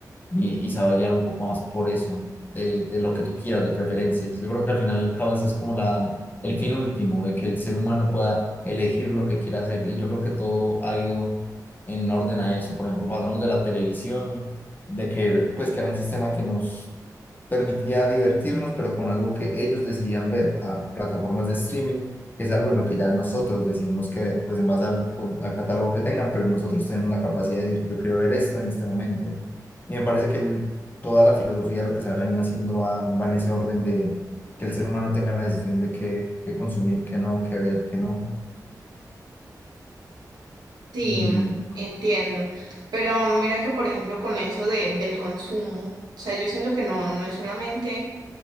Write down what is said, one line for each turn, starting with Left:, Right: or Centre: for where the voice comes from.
Left: y, y sabe guiar un poco más por eso, de, de lo que tú quieras, de preferencias. Yo creo que al final el caos es como la, el fin último, de que el ser humano pueda elegir lo que quiera hacer. Y yo creo que todo ha ido en orden a eso. Por ejemplo, pasamos de la televisión, de que, pues, que era un sistema que nos permitía divertirnos, pero con algo que ellos decidían ver a plataformas de streaming, que es algo en lo que ya nosotros decidimos que ver, pues en base al, al catálogo que tengan, pero nosotros tenemos la capacidad de decir, yo quiero ver esto en este momento. Y me parece que el- toda la filosofía de lo que se ha venido haciendo va, va en ese orden de que el ser humano tenga la decisión de qué, qué consumir, qué no, qué ver, qué no.
Right: Sí,
Left: Y
Right: entiendo. Pero mira que, por ejemplo, con eso de, del consumo, o sea, yo siento que no, no es solamente...